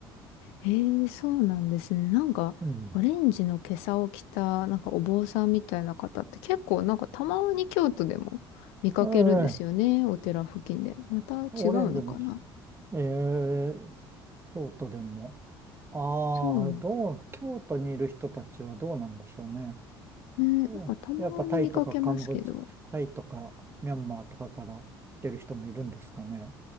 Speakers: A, on the left; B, on the right.
A: ええ、そうなんですね。なんか、
B: うん。
A: オレンジの袈裟を着た、なんかお坊さんみたいな方って結構、なんかたまに京都でも見かけるんですよね。
B: ええ
A: お寺付近で。また違うのかな。
B: オレンジの木、ええ京都でも、ああ、
A: そうね。
B: どう、京都にいる人たちはどうなんでしょうね。
A: ね、
B: うんやっぱタイとかカンボジ、
A: なんかたまに見かけますけど。
B: タイとかミャンマーとかから来てる人もいるんですかね。